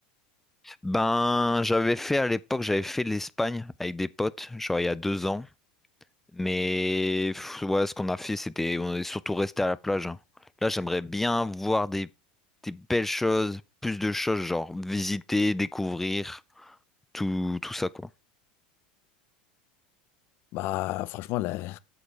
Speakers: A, in the centre; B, on the left.
A: Ben, j'avais fait à l'époque, j'avais fait l'Espagne avec des potes, genre il y a deux ans. Mais pff, ouais, ce qu'on a fait, c'était on est surtout resté à la plage. hein. Là, j'aimerais bien voir des, des belles choses, plus de choses, genre visiter, découvrir, tout, tout ça quoi.
B: Bah, franchement, là,